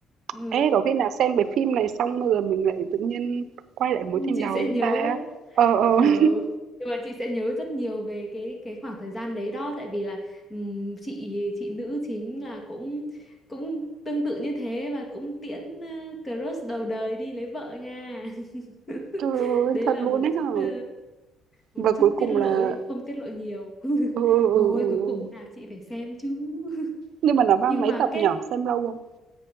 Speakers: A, on the left; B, on the right.
A: ừ,
B: Ê, có khi nào xem cái phim này xong rồi mình lại tự nhiên quay lại mối tình
A: chị
B: đầu
A: sẽ
B: chúng
A: nhớ
B: ta?
A: đó.
B: Ờ, ờ.
A: Khờ.
B: <laughs>
A: Nhưng mà chị sẽ nhớ rất nhiều về cái cái khoảng thời gian đấy đó, tại vì là ừm, chị chị nữ chính là cũng cũng tương tự như thế và cũng tiễn ờ, crush đầu đời đi lấy vợ nha. <laughs>
B: Trời ơi,
A: Đấy
B: thật
A: là
B: luôn
A: một
B: đấy
A: chút
B: hả?
A: ờ, một
B: Và cuối
A: chút
B: cùng
A: tiết lộ
B: là...
A: ấy, không tiết lộ nhiều <laughs>
B: Ừ, ừ,
A: thôi
B: ừ, ừ.
A: cuối
B: ừ.
A: cùng nào chị phải xem chứ <laughs>
B: Nhưng mà nó ba
A: nhưng
B: mấy
A: mà
B: tập
A: kết
B: nhở? Xem lâu không?